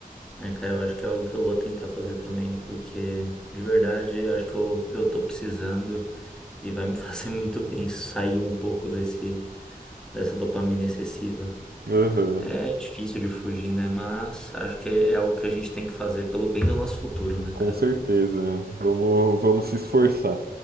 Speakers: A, in the centre; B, on the right.
A: É, cara, eu acho que é algo que eu vou tentar fazer também, porque de verdade eu acho que eu, eu tô precisando e vai me <laughs> fazer muito bem sair um pouco desse, dessa dopamina excessiva.
B: Aham,
A: É difícil de fugir, né? Mas acho que é algo que a gente tem que fazer pelo bem do nosso futuro, né,
B: Com
A: cara?
B: certeza, né? Vamos, vamos se esforçar.